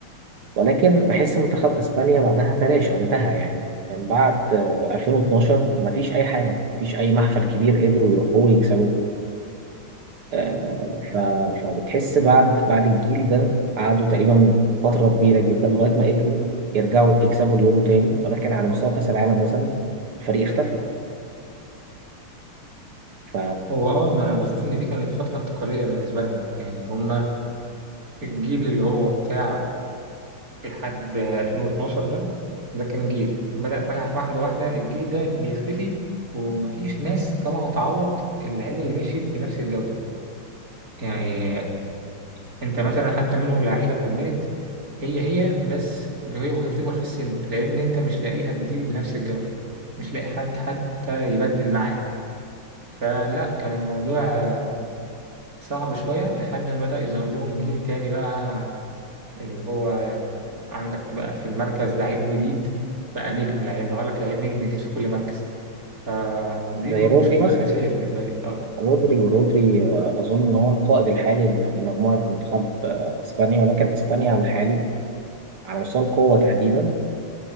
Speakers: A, on the right (about 80°); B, on the right (about 40°).
A: ولكن بحس منتخب اسبانيا بعدها تلاشى انتهى يعني من بعد آه، 2012 مفيش اي حاجه مفيش اي محفل كبير قدروا يروحوه ويكسبوه آه، ف... فبتحس بعد بعد الجيل ده قعدوا تقريبا فترة كبيرة جدا لغاية ما قدروا يرجعوا يكسبوا اليورو تاني ولكن على مستوى كأس العالم مثلا الفريق اختفى ف
B: هو اه ما انا بشوف ان دي كانت فترة انتقالية بالنسبة لهم يعني هم الجيل اللي هو بتاع لحد 2012 ده ده كان جيل بدأ فلاح واحدة واحدة الجيل ده بيختفي ومفيش ناس طالعة تعوض اللعيبة اللي مشيت بنفس الجودة يعني انت مثلا حتى منهم لعيبه كملت هي هي بس هي وهي بتكبر في السن لان انت مش لاقي لها بديل بنفس الجوده مش لاقي حد حتى يبدل معاه فلا كان الموضوع آه، صعب شويه لحد ما بدا يظهر لهم جيل تاني بقى اللي هو عندك بقى في المركز لعيب جديد بقى نجم لعيب يظهر لك لعيب نجم جديد في كل مركز فدي
A: زي
B: المشكله
A: رودري مثلا
B: الاساسيه بالنسبه لي اه
A: رودري رودري آه، أظن إن هو القائد الحالي ل- لمجموعة منتخب آه، إسبانيا ولكن إسبانيا على الحالي على مستوى القوة تحديدا